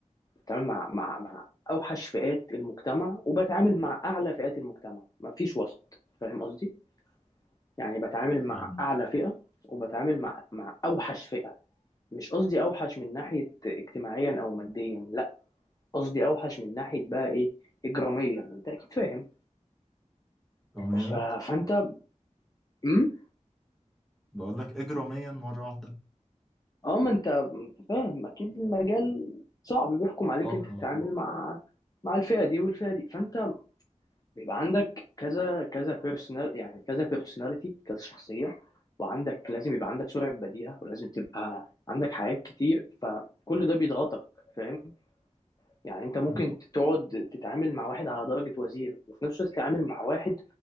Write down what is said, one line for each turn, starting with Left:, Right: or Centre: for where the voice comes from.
Left: بتعامل مع مع مع اوحش فئات المجتمع وبتعامل مع اعلى فئات المجتمع مفيش وسط فاهم قصدي يعني بتعامل مع
Centre: فاهمك
Left: اعلى فئه وبتعامل مع مع اوحش فئه مش قصدي اوحش من ناحيه اجتماعيا او ماديا لا قصدي اوحش من ناحيه بقى ايه اجراميا انت اكيد فاهم
Centre: اجراميا
Left: ف... فانت امم
Centre: بقول لك اجراميا مره واحده
Left: اه ما انت أنت فاهم اكيد المجال صعب بيحكم عليك
Centre: اه اه
Left: انت تتعامل
Centre: اه
Left: مع مع الفئه دي والفئه دي فانت بيبقى عندك كذا كذا بيرسونال يعني كذا بيرسوناليتي كذا شخصية وعندك لازم يبقى عندك سرعة بديهة ولازم تبقى عندك حاجات كتير فكل ده بيضغطك فاهم يعني انت ممكن
Centre: مم،
Left: تقعد تتعامل مع واحد على درجة وزير وفي نفس الوقت تتعامل مع واحد